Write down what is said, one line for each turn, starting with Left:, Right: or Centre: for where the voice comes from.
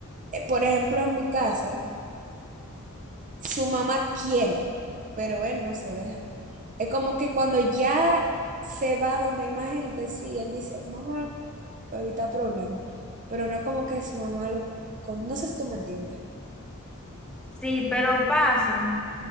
Right: eh, por ejemplo, en mi caso, su mamá quiere, pero él no se deja. Es como que cuando ya se va donde hay más gente, sí, él dice, mamá, para evitar problemas, pero no es como que su mamá lo... con- No sé si tú me entiendes.
Centre: Sí, pero pasa